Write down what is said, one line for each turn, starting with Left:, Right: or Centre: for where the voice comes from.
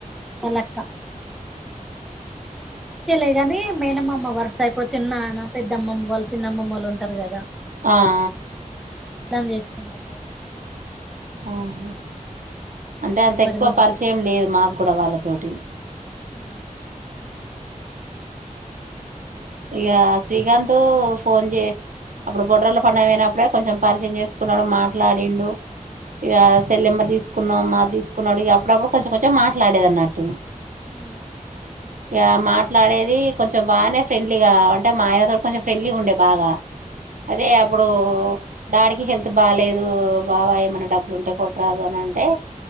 Centre: వాళ్లక్క అక్కేలే గానీ మేనమామ వరుస ఇప్పుడు చిన్నాన్న పెద్దమ్మమ్మ వాళ్లు చిన్నమ్మోళ్ళు ఉంటారు కదా
Right: ఆ ఆ
Centre: అర్థం చేసుకుందట కదా
Right: అహూ అంటే
Centre: అందరు
Right: అంత
Centre: మరి
Right: ఎక్కువ
Centre: మనకు
Right: పరిచయం లేదు మాకు కూడా వాళ్ల తోటి
Centre: ఉమ్
Right: ఇగ శ్రీకాంత్ ఫోన్ చే అప్పుడు బొడ్రాళ్ళ పండుగ పోయినప్పుడే కొంచెం పరిచయం చేసుకున్నాడు మాట్లాడిండు ఇగ సెల్ నెంబర్ తీసుకున్నాం మాది తీసుకున్నాడు ఇగ అప్పుడప్పుడు కొంచెం కొంచెం మాట్లాడేది అన్నట్టు
Centre: ఊ
Right: ఇగ మాట్లాడేది కొంచెం బానే ఫ్రెండ్లీగా అంటే మా ఆయనతోని కొంచెం ఫ్రెండ్లీ ఉండే బాగా అదే
Centre: అవును
Right: అప్పుడు డాడికి హెల్త్ బాలేదు బావ ఏమైన్నా డబ్బులుటే కొట్టరాదు అని అంటే